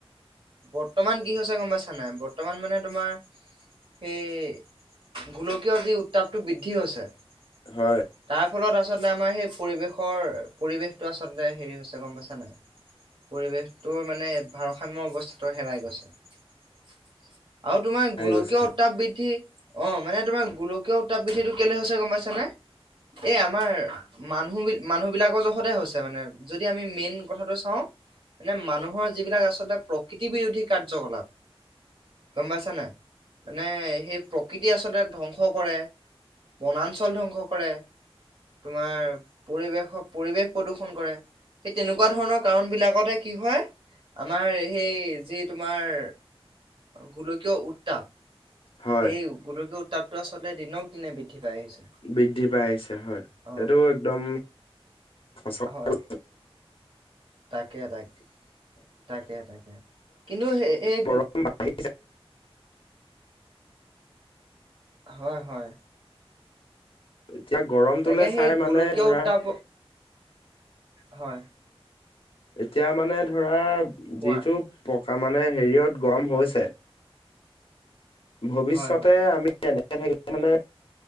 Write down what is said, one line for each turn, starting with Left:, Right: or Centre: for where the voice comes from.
Right: বৰ্তমান কি হৈছে গম পাইছানাই বৰ্তমান মানে তোমাৰ সেই গোলকীয় যি উত্তাপটো বৃদ্ধি হছে। তাৰ
Left: হয়।
Right: ফলত আচলতে আমাৰ সেই পৰিৱেশ। কৰ পৰিৱেশটো আচলতে হেৰি হৈছে গম পাইছা নাই পৰিৱেশটো মানে ভা। ষাম্য অৱস্থাটো হেৰাই গৈছে। <unintelligible> আৰু তোমাৰ
Left: পাই
Right: গোলকীয়
Left: গৈছে
Right: উত্তাপ বৃদ্ধি। অ মানে তোমাৰ গোলকীয় উত্তাপ বিৃদ্ধিটো কেলে হৈছে গম পাইছে নে এই আমাৰ মানুহ মানুহ বিলাকৰ জখতে হৈছে মানে যদি আমি মেইন কথাটো চাওঁ। <unintelligible> এনে মানুহৰ যিবিলাক আছ। আচলতে প্ৰকৃতি বিৰোধী কাৰ্যকলাপৰ গম পাইছানে। মানে সেই। প্ৰকৃতি আচলতে ধ্বংস কৰে বনাঞ্চল ধ্বংস কৰে তোমাৰ পৰিৱেশ পৰিৱেশ প্ৰদূষন কৰে সেই তেনেকুৱা ধৰণৰ কাৰণ বিলাকতে কি হয়। আমাৰ। সেই যি তোমাৰ। গোলকীও উত্তাপ। <unintelligible>
Left: হয়
Right: সেই গোলকীয়। <unintelligible> তাততো আচলতে দিনক দিনে বৃদ্ধি। পাই আহিছে।
Left: বৃদ্ধি পাই আহিছে হয়
Right: অ'
Left: সেইটো একদম। সঁচা
Right: হয়।
Left: কথা।
Right: তাকে তাক। তাকে তাকে কিন্তু সে এই।
Left: গৰম বাঢ়ি
Right: হয় হয়।
Left: এতিয়া গৰমটোলে
Right: তাকে
Left: চাই
Right: সেই
Left: মানে
Right: গোলকীয়
Left: ধৰা।
Right: উত্তাপ হয়।
Left: এতিয়া মানে ধৰা। যিহেতু
Right: কোৱা
Left: প। কা মানে হেৰিয়ত গৰম হৈছে। <unintelligible> ভৱিষ্যতে
Right: হয় হয়
Left: আমি এনে। <unintelligible> মানে